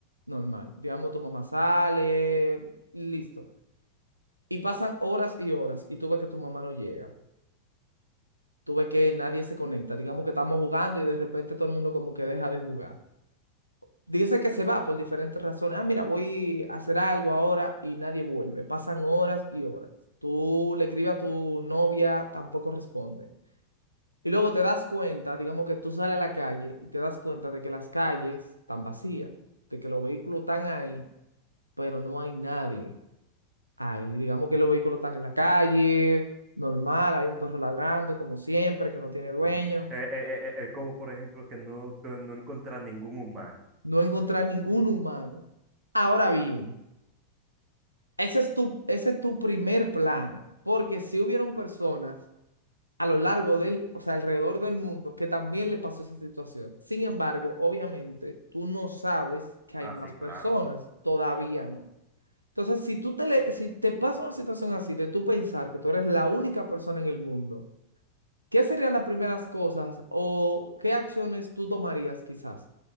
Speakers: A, on the right (about 80°); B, on the right (about 30°).
A: normal. Digamos, tu mamá sale, listo. Y pasan horas y horas y tú ves que tu mamá no llega. Tú ves que nadie se conecta. Digamos que estamos jugando y de repente todo el mundo como que deja de jugar. Dice que se va por diferentes razones. Ah, mira, voy a hacer algo ahora y nadie vuelve. Pasan horas y horas. Tú le escribes a tu novia, tampoco responde. Y luego te das cuenta, digamos que tú sales a la calle y te das cuenta de que las calles están vacías, de que los vehículos están ahí, pero no hay nadie ahí. Digamos que los vehículos están en la calle, normal, hay un perro ladrando, como siempre, que no tiene dueño.
B: Eh, eh, eh, eh, como por ejemplo que no, tú no encuentras ningún humano.
A: No encontrar ningún humano. Ahora bien, ese es tu, ese es tu primer plano, porque si hubieron personas a lo largo del, o sea, alrededor del mundo, que también le pasó esa situación. Sin embargo, obviamente, tú no sabes que hay
B: Ah,
A: más
B: sí,
A: personas,
B: claro.
A: todavía no. Entonces, si tú te le- si te pasa una situación así de tú pensar que tú eres la única persona en el mundo, ¿qué serían las primeras cosas o qué acciones tú tomarías quizás